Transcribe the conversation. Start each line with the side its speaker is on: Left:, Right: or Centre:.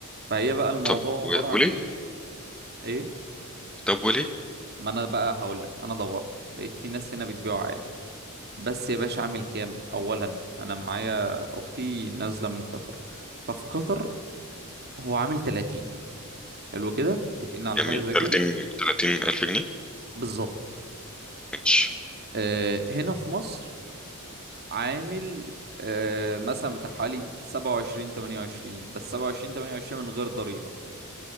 Right: فهي بقى الموضوع
Centre: طب و-
Right: عبارة عن
Centre: وليه؟
Right: ايه ايه
Centre: طب وليه؟
Right: ما انا بقى هقولك انا دورت لقيت في ناس هنا بتبيعه عادي بس يا باشا اعمل كام اولا انا معايا اختي نازلة من قطر ففي قطر هو عامل 30 حلو كده متفقين على
Centre: يعني
Right: حاجة زي
Centre: 30
Right: كده
Centre: 30 ألف جنيه
Right: بالظبط
Centre: ماشي
Right: آه، هنا في مصر عامل آه مثلا بتاع حوالي 27 28 بس 27 28 من غير ضريبة